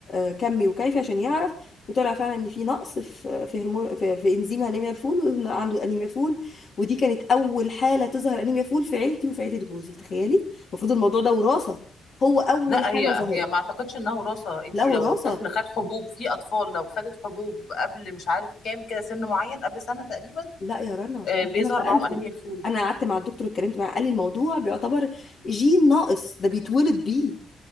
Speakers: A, on the left; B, on the left.
A: آه، كمي وكيفي عشان يعرف وطلع فعلا ان في نقص في في هرمون في, في انزيم انيميا الفول وإن عنده انيميا فول ودي كانت اول حاله تظهر انيميا فول في عيلتي وفي عيله جوزي تخيلي المفروض الموضوع ده وراثه هو اول
B: لا
A: حاله
B: هي
A: ظهرت
B: هي ما اعتقدش انها وراثه انت
A: لا
B: لو
A: وراثه
B: الطفل خد حبوب في اطفال لو خدت حبوب قبل مش عارف كام كده سن معين قبل سنه تقريبا
A: لا يا رنا
B: آه، بيظهر
A: انا سالته
B: معاهم انيميا الفول
A: انا قعدت مع الدكتور اتكلمت معاه قال لي الموضوع بيعتبر جين ناقص ده بيتولد بيه